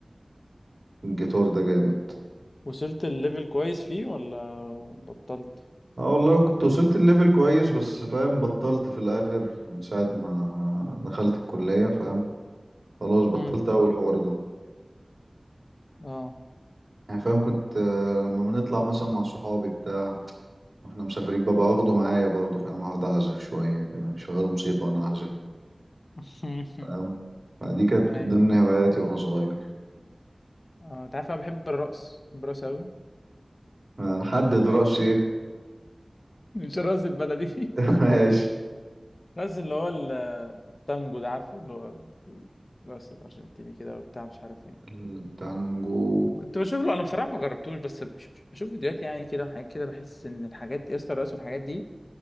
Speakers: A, on the right; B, on the left.
A: الجيتار ده جامد
B: وصلت الليفل كويس فيه ولا بطلت
A: اه والله كنت وصلت الليفل كويس بس فاهم بطلت في الاخر من ساعة ما دخلت الكلية فاهم خلاص بطلت
B: امم
A: اول حوار ده
B: اه
A: يعني فاهم كنت آه، لما بنطلع مثلا مع صحابي بتاع واحنا مسافرين ببقى واخده معايا برضه فاهم اقعد اعزف شوية كده شغال موسيقى وانا اعزف
B: <laughs>
A: فاهم فدي كانت
B: ايوه
A: من ضمن
B: ايوه
A: هواياتي وانا صغير
B: اه انت عارف انا بحب الرقص بحب الرقص قوي <laughs>
A: آه، حدد رأسي ايه
B: مش الرقص البلدي
A: <laughs> ماشي
B: نازل اللي هو ال- التانجو ده عارفه اللي هو بس الأرجنتيني كده وبتاع مش عارف ايه
A: التانجو
B: كنت بشوف له أنا بصراحة ما جربتوش بس بش- بشوف فيديوهات يعني كده وحاجات كده بحس إن الحاجات يا اسطى الرقص والحاجات دي